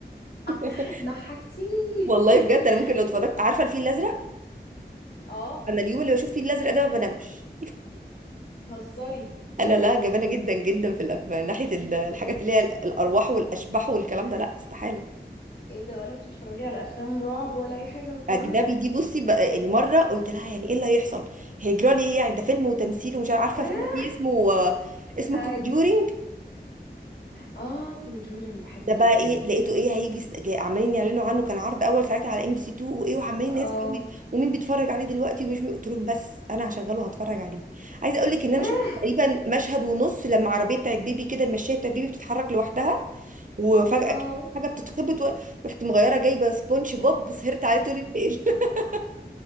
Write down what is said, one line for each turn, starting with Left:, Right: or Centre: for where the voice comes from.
Right: <laughs>
Left: <laughs> ضحكتيني
Right: والله
Left: <laughs>
Right: بجد انا ممكن لو اتفرجت عارفه الفيل الازرق
Left: اه
Right: انا اليوم اللي بشوف فيه الازرق ده ما بنامش
Left: تهزري
Right: انا لا جبانه جدا جدا في الأب... ناحيه ال- الحاجات اللي هي الارواح والاشباح والكلام ده لا استحاله
Left: ايه ده ولا بتتفرجي على افلام رعب ولا اي حاجه من الكلام
Right: اجنبي
Left: ده
Right: دي بصي بقى يعني مره قلت لها يعني ايه اللي هيحصل هيجرى لي ايه يعني ده فيلم وتمثيل ومش عارفه
Left: <laughs> ايه
Right: فيلم فيه اسمه آه، اسمه
Left: ايوه
Right: Conjuring
Left: اه كونجورينج بحبه
Right: ده بقى
Left: جدا
Right: ايه لقيته ايه هيجي س- جاي- عمالين يعلنوا عنه كان عرض اول ساعتها على ام بي سي 2 وايه وعمالين ناس
Left: اه
Right: قوي ومين بيتفرج عليه دلوقتي ومش مين. قلت لهم بس انا هشغله هتفرج عليه عايزه اقول لك ان
Left: <laughs>
Right: انا
Left: ايه
Right: شفت تقريبا مشهد ونص لما عربيه بتاعت بيبي كده المشايه بتاعت بيبي بتتحرك لوحدها وفجاه
Left: اه
Right: كده حاجه بتتخبط و... رحت مغيره جايبه سبونج بوب سهرت عليه طول الليل <laughs>